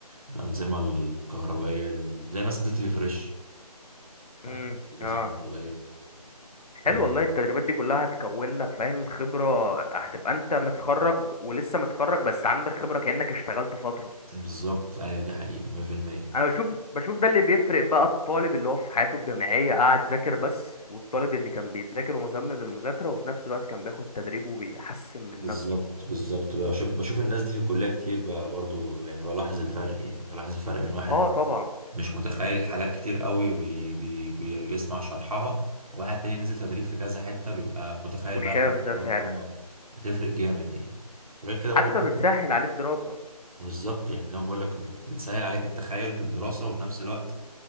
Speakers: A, on the right; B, on the left.
A: الأنظمة الكهربائية ال- زي مثلا نزلت في فريش بتاعت
B: امم
A: الأجهزة
B: اه
A: الكهربائية آه،
B: حلو والله التدريبات دي كلها هتكون لك فاهم خبرة هتبقى انت متخرج ولسه متخرج بس عندك خبرة كأنك اشتغلت فترة
A: بالظبط أيوة دي حقيقة 100%
B: انا بشوف بشوف ده اللي بيفرق بقى الطالب اللي هو في حياته الجامعية قاعد ذاكر بس والطالب اللي كان بيذاكر ومهتم بالمذاكرة وفي نفس الوقت كان بياخد تدريب وبيحسن من
A: بالظبط
B: نفسه
A: بالظبط بشوف بشوف الناس دي في الكلية كتير ب- برضه يعني بلاحظ الفرق يعني بلاحظ الفرق بين واحد
B: اه طبعا
A: مش متخيل حاجات كتير قوي بي بي بي بيسمع شرحها وواحد تاني نزل تدريب في كذا حتة بيبقى متخيل
B: وشاف
A: بقى الحاجات
B: ده
A: اللي
B: فعلا
A: هو- آه، بتفرق جامد يعني غير كده برضو
B: حتى
A: بتفرق
B: بتسهل عليه الدراسة
A: بالظبط يعني زي ما بقول لك بت- بتسهل عليك التخيل في الدراسة وفي نفس الوقت